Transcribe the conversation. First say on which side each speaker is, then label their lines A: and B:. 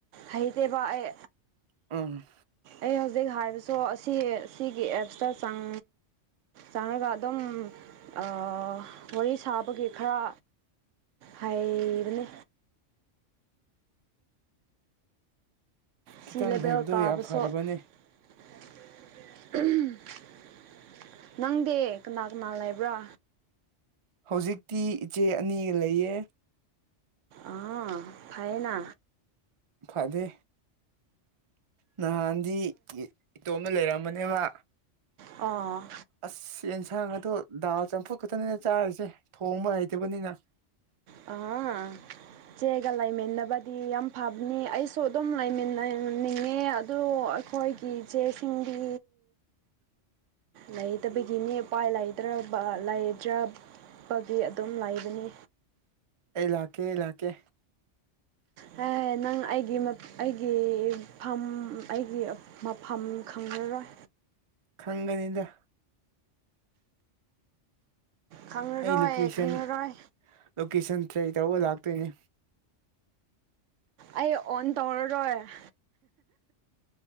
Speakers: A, on the right; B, on the right.
A: ꯍꯩꯇꯦꯕ ꯑꯩ
B: ꯎꯝ
A: ꯑꯩ ꯍꯧꯖꯤꯛ ꯍꯥꯏꯕꯁꯨ ꯑꯁꯤ ꯑꯁꯤꯒꯤ ꯑꯦꯞꯁꯇ ꯆꯪ ꯆꯪꯔꯒ ꯑꯗꯨꯝ ꯑꯥ ꯋꯥꯔꯤ ꯁꯥꯕꯒꯤ ꯈꯔ ꯍꯩꯕꯅꯦ
B: ꯈꯤꯇꯪ
A: ꯁꯤ ꯂꯦꯕꯦꯜ
B: ꯍꯩꯕꯗꯣ
A: ꯀꯥꯕꯁꯨ
B: ꯌꯥꯝ ꯐꯔꯕꯅꯦ
A: <unintelligible> ꯅꯪꯗꯤ ꯀꯅꯥ ꯀꯅꯥ ꯂꯩꯕ꯭ꯔꯥ
B: ꯍꯧꯖꯤꯛꯇꯤ ꯏꯆꯦ ꯑꯅꯤꯒ ꯂꯩꯌꯦ
A: ꯑꯥ ꯐꯩꯌꯦꯅ
B: ꯐꯥꯗꯦ ꯅꯍꯥꯟꯗꯤ ꯌꯦ ꯏꯇꯣꯝꯅ ꯂꯩꯔꯝꯕꯅꯦꯕ
A: ꯑꯣ
B: ꯑꯁ ꯌꯦꯟꯁꯥꯡꯒꯗꯣ ꯗꯥꯜ ꯆꯝꯐꯨꯠ ꯈꯛꯇꯅꯦ ꯆꯥꯔꯤꯁꯦ ꯊꯣꯡꯕ ꯍꯩꯇꯕꯅꯤꯅ
A: ꯑꯥ ꯏꯆꯦꯒ ꯂꯩꯃꯤꯟꯅꯕꯗꯤ ꯌꯥꯝ ꯐꯕꯅꯦ ꯑꯩꯁꯨ ꯑꯗꯨꯝ ꯂꯩꯃꯤꯟꯅꯅꯤꯡꯉꯦ ꯑꯗꯨ ꯑꯩꯈꯣꯏ ꯒꯤ ꯏꯆꯦꯁꯤꯡꯗꯤ ꯂꯩꯇꯕꯒꯤꯅꯤ ꯎꯄꯥꯏ ꯂꯩꯇ꯭ꯔꯕ ꯂꯩꯇ꯭ꯔꯕꯒꯤ ꯑꯗꯨꯝ ꯂꯩꯕꯅꯤ
B: ꯑꯩ ꯂꯥꯛꯀꯦ ꯑꯩ ꯂꯥꯛꯀꯦ
A: ꯍꯦ ꯅꯪ ꯑꯩꯒꯤ ꯑꯩꯒꯤ ꯐꯝ ꯑꯩꯒꯤ ꯃꯐꯝ ꯈꯪꯪꯂꯔꯣꯏ
B: ꯈꯪꯒꯅꯤꯗ
A: ꯈꯪꯂꯔꯣꯏ
B: ꯑꯩ ꯂꯣꯀꯦꯁꯟ
A: ꯈꯪꯂꯔꯣꯏ
B: ꯂꯣꯀꯦꯁꯟ ꯇ꯭ꯔꯦꯛ ꯇꯧꯔꯒ ꯂꯥꯛꯇꯣꯏꯅꯦ
A: ꯑꯩ ꯑꯣꯟ ꯇꯧꯔꯔꯣꯏ